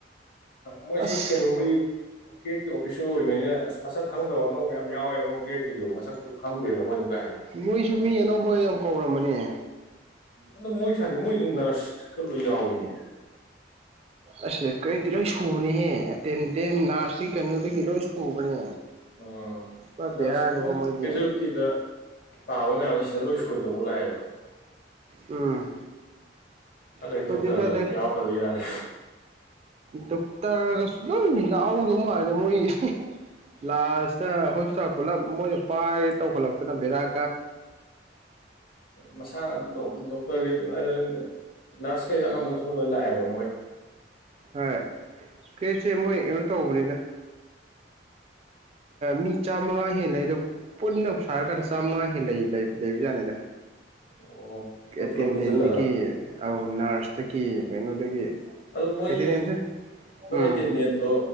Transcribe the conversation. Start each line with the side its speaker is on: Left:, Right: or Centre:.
Left: ꯃꯣꯏꯁꯤ
Right: ꯑꯁ
Left: ꯀꯩꯅꯣꯒꯤ ꯀꯦ ꯁ ꯑꯣꯏꯕꯅꯤꯅ ꯑꯁ ꯃꯁꯛ ꯈꯪꯗꯕ ꯑꯅꯧꯕ ꯌꯥꯝ ꯌꯥꯎꯋꯦꯕ ꯑꯃꯛ ꯀ꯭ꯔꯦꯛꯀꯤꯁꯨꯕꯨ ꯃꯁꯛꯇꯣ ꯈꯪꯗꯦꯅ ꯑꯩꯈꯣꯏꯅ ꯀꯥ ꯍꯦꯟꯅ
Right: ꯃꯣꯏꯁꯨ ꯃꯤ ꯑꯅꯧꯕ ꯌꯥꯝ ꯀꯧꯔꯝꯕꯅꯦ
Left: ꯎꯝ ꯑꯗꯨ ꯃꯣꯏ ꯁꯥꯗꯦ ꯃꯣꯏꯗꯤ ꯅꯔꯁꯀ ꯂꯣꯏ ꯌꯥꯎꯏꯤꯅꯦ
Right: ꯑꯁꯦ ꯀꯔꯤꯗꯤꯤ ꯂꯣꯏ ꯁꯨꯕꯅꯦꯍꯦ ꯑꯦꯇꯦꯟꯗꯦꯟ ꯅꯥꯔꯁꯇ ꯀꯩꯅꯣꯗꯒꯤ ꯂꯣꯏ ꯁꯨꯕꯅꯦ
Left: ꯎ
Right: ꯄꯨꯔꯥ
Left: ꯅꯁ
Right: ꯕꯦꯔꯥꯅꯤꯀꯣ ꯃꯣꯏꯗꯤ
Left: ꯀꯦꯖꯨꯋꯇꯤꯗ ꯄꯥꯕ ꯉꯌꯥꯝ ꯁꯤꯗ ꯂꯣꯏ ꯁꯣꯏ ꯇꯧꯕ ꯂꯥꯛꯑꯦꯕ
Right: ꯎꯝ
Left: ꯑꯜ
Right: ꯑꯩꯈꯣꯏꯗꯤ
Left: ꯌꯦꯟꯇꯥꯔꯗ
Right: ꯏꯇꯥꯗꯤ
Left: ꯌꯥꯎ ꯀ ꯑꯗꯨ ꯌꯥꯔꯦ
Right: ꯗꯣꯛꯇꯔꯒꯁꯨ ꯑꯗꯨꯝ ꯌꯥꯎꯗꯧ ꯃꯥꯜꯗ ꯃꯣꯏꯒꯤ ꯂꯥꯁꯇ ꯍꯣꯁꯇꯥꯜ ꯄꯨꯂꯞ ꯃꯣꯏꯅ ꯄꯥꯏꯔꯒꯦ ꯇꯧꯈꯠꯂꯛꯇꯅ ꯕꯦꯔꯥꯠ
Left: ꯃꯁꯥꯅ ꯗꯣꯛꯇꯔꯒꯤ ꯑꯗꯨ ꯅꯔꯁ ꯀꯩꯗꯣ ꯑꯅꯝꯕꯟ ꯁꯣ ꯂꯣꯏ ꯂꯥꯛꯑꯦꯕ ꯃꯣꯏ
Right: ꯍꯣꯏ ꯀꯦꯁꯦ ꯃꯣꯏ ꯀꯩꯅꯣ ꯇꯧꯕꯅꯤꯗ ꯃꯤ ꯆꯥꯝꯃꯉꯥ ꯍꯦꯟ ꯂꯩ ꯑꯗ ꯄꯨꯟꯅ ꯁꯥꯔꯀꯥꯟꯗ ꯆꯥꯝꯃꯉꯥ ꯍꯦꯟꯟꯅ ꯂꯩꯕꯖꯥꯅꯤꯗ
Left: ꯑꯣ ꯃꯣꯏ
Right: ꯑꯦꯇꯦꯟꯗꯦꯟꯗꯒꯤ
Left: ꯄꯨꯂꯞ ꯄꯨꯟꯁꯤꯜꯂꯒ
Right: ꯅꯔꯁꯇꯒꯤ ꯀꯩꯅꯣꯗꯒꯤ
Left: ꯑꯗꯨ ꯃꯣꯏ
Right: ꯑꯦꯇꯦꯟꯗꯦꯟꯁꯨ
Left: ꯃꯣꯏ
Right: ꯎꯝ
Left: ꯑꯦꯇꯦꯟꯗꯦꯟꯗꯣ